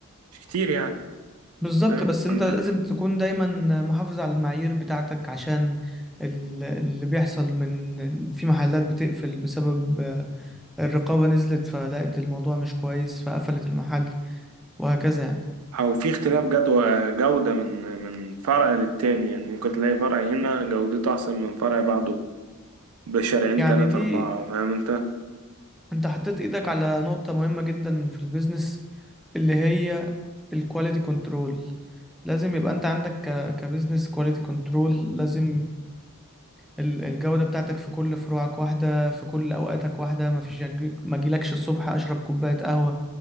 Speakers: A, on the right; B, in the centre.
A: مش كتير يعني
B: بالظبط
A: فاهم
B: بس انت
A: انت
B: لازم تكون دايما محافظ على المعايير بتاعتك عشان ال- اللي بيحصل من في محلات بتقفل بسبب آه، الرقابة نزلت فلقت الموضوع مش كويس فقفلت المحل وهكذا يعني
A: او في اختلاف جدوى جودة من من فرع للتاني يعني ممكن تلاقي فرع هنا جودته احسن من فرع بعده بشرعين
B: يعني
A: تلاتة
B: دي
A: اربعة فاهم انت
B: انت حطيت ايدك على نقطة مهمة جدا في البيزنس اللي هي الكواليتي كنترول لازم يبقى انت عندك ك... كبيزنس كواليتي كنترول لازم ال- الجودة بتاعتك في كل فروعك واحدة في كل اوقاتك واحدة ما فيش يجي- ما اجيلكش الصبح اشرب كوباية قهوة